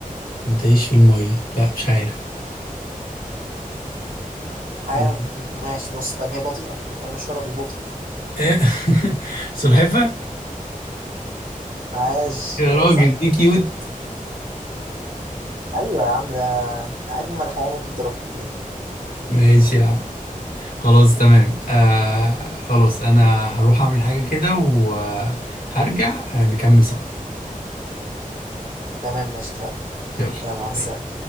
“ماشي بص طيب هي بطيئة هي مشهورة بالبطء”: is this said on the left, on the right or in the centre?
Right